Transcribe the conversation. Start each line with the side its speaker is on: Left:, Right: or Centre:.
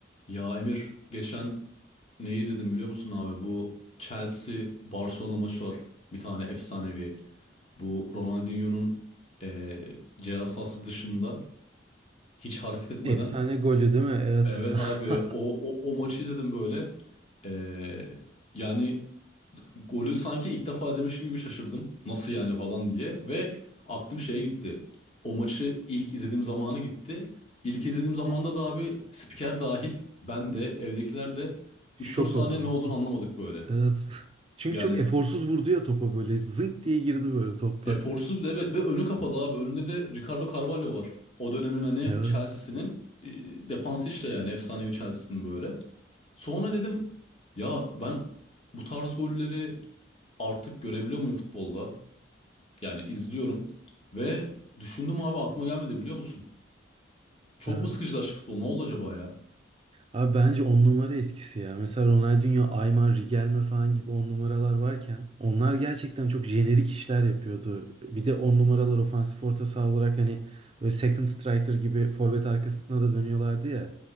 Left: Ya Emir geçen ne izledim biliyor musun abi? Bu Chelsea Barcelona maçı var. Bir tane efsanevi. Bu Ronaldinho'nun eee ceza sahası dışında hiç hareket etmeden
Right: Efsane golü değil mi? Evet.
Left: Evet
Right: <laughs>
Left: abi o, o, o maçı izledim böyle. Ee, yani golü sanki ilk defa izlemişim gibi şaşırdım. Nasıl yani falan diye. Ve aklım şeye gitti. O maçı ilk izlediğim zamanı gitti. İlk izlediğim zamanda da abi spiker dahil ben de evdekiler de
Right: Şok
Left: üç dört saniye
Right: oldunuz.
Left: ne olduğunu anlamadık böyle.
Right: Evet. Çünkü
Left: Yani
Right: çok eforsuz vurdu ya topa böyle. Zınk diye girdi böyle topta.
Left: eforsuz bir de evet ve önü kapalı abi. Önünde de Ricardo Carvalho var. O dönemin hani
Right: Evet.
Left: Chelsea'sinin e, defansı işte yani efsanevi Chelsea'sinin böyle. Sonra dedim ya ben bu tarz golleri artık görebiliyor muyum futbolda? Yani izliyorum ve düşündüm abi aklıma gelmedi biliyor musun? Çok
Right: Evet.
Left: mu sıkıcılaştı futbol? Ne oldu acaba ya?
Right: Abi bence on numara etkisi ya. Mesela Ronaldinho, Aymar, Rigelme falan gibi on numaralar varken onlar gerçekten çok jenerik işler yapıyordu. Bir de on numaralar ofansif orta saha olarak hani böyle second striker gibi forvet arkasına da dönüyorlardı ya.